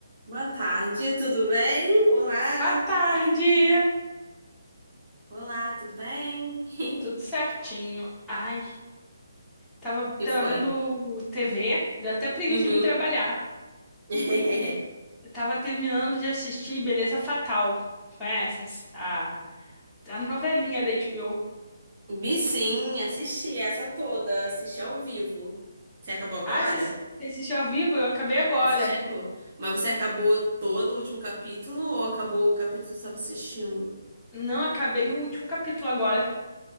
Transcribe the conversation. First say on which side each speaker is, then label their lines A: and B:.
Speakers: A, on the right; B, in the centre.
A: Boa tarde, tudo bem? Olá!
B: Boa tarde,
A: <laughs> Olá, tudo bem? <laughs>
B: tudo certinho. Ai, tava,
A: Que
B: tava
A: foi?
B: vendo TV, deu até preguiça
A: Uhum.
B: de vir trabalhar.
A: <laughs>
B: Eu tava terminando de assistir Beleza Fatal. Conhece essa- a, a novelinha da HBO?
A: Vi sim, assisti essa toda, assisti ao vivo. Você acabou agora?
B: Ah, você você assistiu ao vivo? Eu acabei agora.
A: Aí Você chegou. Mas você acabou todo o último capítulo ou acabou o capítulo que você estava assistindo?
B: Não, acabei o último capítulo agora.